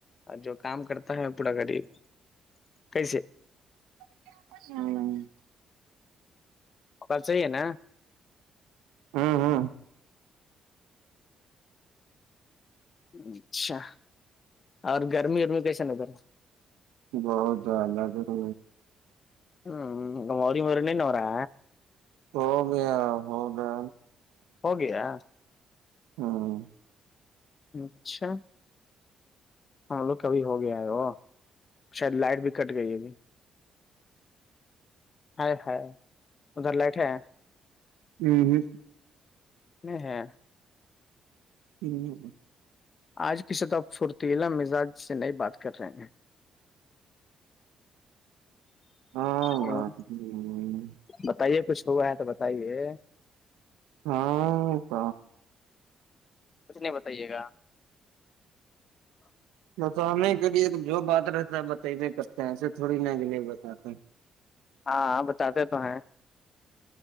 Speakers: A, on the left (about 45°); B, on the right (about 85°).
A: اور جو کام کرتا ہے پورا غریب کیسے
B: ہاں
A: کل صحیح ہے نا
B: ہاں ہاں
A: اچھا اور گرمی ورمی کیسا ن ادھر
B: بہت زیادہ تو
A: ہوں گ مور مورنین ہوورا
B: ہو گیا ہوگا
A: ہوگیا
B: ہاں
A: اچھا ہم لوگ کبھی ہو گیا ہے وہ شاید لائٹ بھی کٹ گئی ہے ابھی ہائے ہائے ادھر لائٹ ہے
B: ہمم ہمم
A: ہ ہاں
B: ہوں ہوں
A: آج کی سطح فھرتیلا مزاج سے ن بات کر رہے ہیں
B: ہاں
A: ہ
B: بات
A: بتائیے کچھ ہوا ہے تو بتائیے
B: ہاں ک
A: کچھ نہیں بتائیے گا
B: بتانے کے لیے جو بات رہتا ہے بتے کرتے ہیں ایسے تھوڑی ن بھی نہیں بتاتا
A: ہاں بتاتے تو ہیں